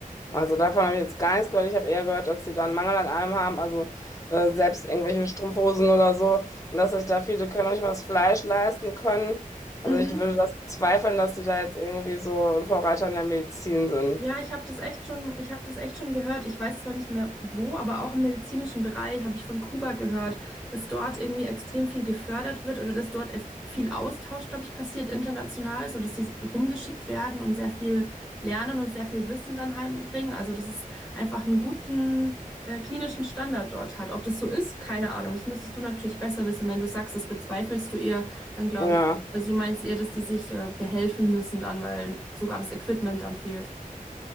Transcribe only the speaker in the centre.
Mhm.
Ja, ich habe das echt schon, ich habe das echt schon gehört. Ich weiß zwar nicht mehr wo, aber auch im medizinischen Bereich habe ich von Kuba gehört, dass dort irgendwie extrem viel gefördert wird oder dass dort eff- viel Austausch, glaube ich, passiert international, so dass sie rumgeschickt werden und sehr viel lernen und sehr viel Wissen dann heimbringen. Also, dass es einfach einen guten äh, klinischen Standard dort hat. Ob das so ist, keine Ahnung. Das müsstest du natürlich besser wissen. Wenn du sagst, das bezweifelst du eher, dann glaube
ich, also du meinst eher, dass die sich äh, behelfen müssen dann, weil sogar das Equipment dann fehlt.